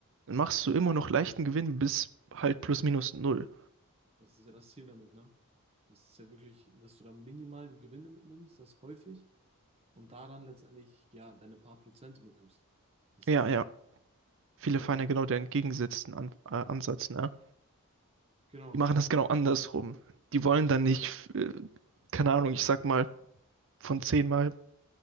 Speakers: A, on the right; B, on the right.
A: dann machst du immer noch leichten Gewinn bis halt plus minus null.
B: Das ist ja das Ziel damit, ne? Das ist ja wirklich, dass du dann minimal die Gewinne mitnimmst, das häufig, und daran letztendlich, ja, deine paar Prozente mitnimmst. Das
A: Ja,
B: ist ja an sich
A: ja. Viele
B: Geldanlage.
A: fahren ja genau den entgegengesetzten An äh, Ansatz, ne?
B: Genau,
A: Die machen das genau andersrum. Die wollen dann nicht, äh, keine Ahnung, ich sag mal, von zehn Mal